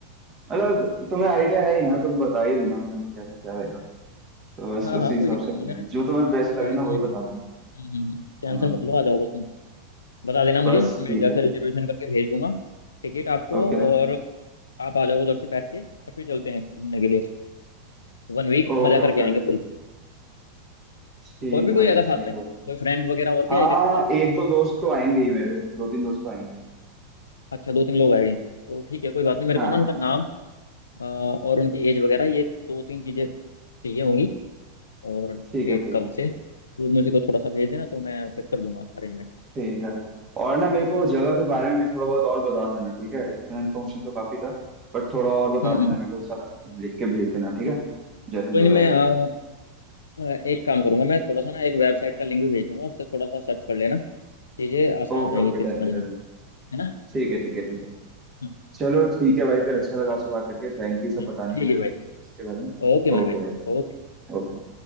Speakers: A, on the right; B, on the left.
A: मतलब तुम्हें आइडिया है ही ना तुम बता ही देना फिर मेरे को कैसा क्या रहेगा तो बस
B: हाँ
A: उसी
B: हाँ
A: हिसाब
B: कोई दिक्कत
A: से कर
B: नहीं
A: लेंगे
B: है अरे
A: जो तुम्हें बेस्ट लगे
B: टेंशन
A: ना वही
B: मत
A: बता
B: लो
A: देना
B: हम्म हम्म, हम्म, टेंशन
A: हाँ
B: मत लो आ जाओ बस तुम बता देना मुझे
A: बस
B: मैं
A: ठीक
B: जैसे
A: है
B: रिजर्वेशन करके भेज दूंगा टिकट आपको
A: Okay
B: और आप आ जाओ उधर से बैठ के और फिर चलते हैं घूमने के लिए वन वीक
A: okay
B: मजा
A: okay
B: करके आएंगे फुल
A: ठीक
B: और भी
A: है
B: कोई
A: भाई
B: आएगा साथ
A: ठीक
B: में
A: है
B: कोई फ्रेंड वगैरह और भी
A: हाँ
B: आएगा के साथ में
A: एक दो दोस्त तो आएंगे ही मेरे दो तीन दोस्त तो आएंगे
B: अच्छा दो तीन लोग आएंगे तो ठीक है कोई बात नहीं मेरे
A: हाँ
B: को ना
A: हाँ,
B: उनका नाम अ, और उनकी एज वगैरह ये दो तीन चीजें चाहिए होंगी और
A: ठीक
B: डेट
A: है ठीक
B: कब
A: है
B: से वो मुझे को थोड़ा सा भेज देना तो मैं फिर कर दूंगा अरेंजमेंट
A: ठीक है और ना मेरे को जगह के बारे में भी थोड़ा बहुत और बता देना ठीक है इतना इन्फॉर्मेशन तो काफी था बट थोड़ा और बता
B: हम्म
A: देना मेरे को सारा लिख के भेज देना ठीक है जैसा
B: कोई
A: जो
B: नहीं
A: रहेगा
B: मैं अ, अ, एक काम करूंगा मैं थोड़ा सा ना एक वेबसाइट का लिंक भी भेज दूंगा उससे थोड़ा सा सर्च कर लेना चीजें आसान
A: ओके
B: हो जाएंगी
A: ओके
B: फिर
A: डन
B: समझना
A: है डन है।
B: है ना
A: ठीक है ठीक है ठीक है
B: हाँ
A: चलो ठीक है भाई फिर अच्छा लगा आपसे बात करके थैंक यू सब
B: हाँ,
A: बताने
B: ठीक
A: के लिए
B: है
A: मेरे
B: भाई
A: को इसके बारे में
B: ओके मेरे
A: ओके
B: भाई
A: भाई
B: ओके
A: ओके